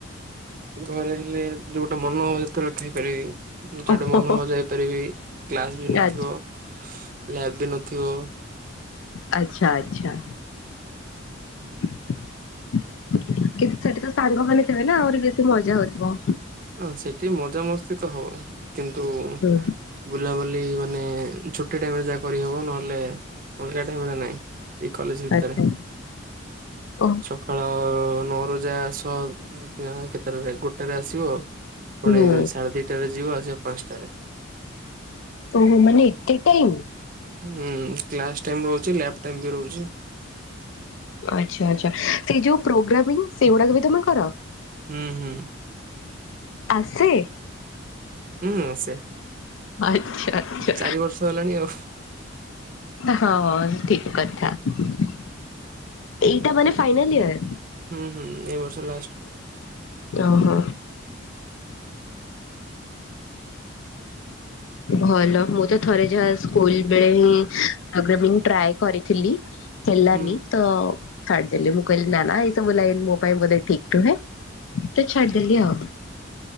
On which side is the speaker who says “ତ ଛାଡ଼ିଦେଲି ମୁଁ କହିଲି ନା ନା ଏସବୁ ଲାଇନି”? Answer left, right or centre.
Left